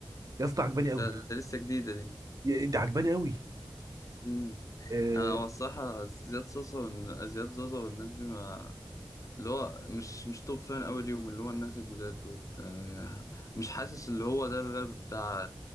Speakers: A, on the right (about 40°); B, on the left (about 40°).
A: يا اسطى عجباني قوي
B: ده, ده لسه جديده دي
A: مم. ده عجباني قوي
B: مم.
A: آه
B: انا هو الصراحه زياد صوصه والن- زياد زوزة والناس دي ما اللي هو مش مش توب فان قوي ليهم اللي هو الناس الجداد دول يعني مش حاسس اللي هو ده الراب بتاع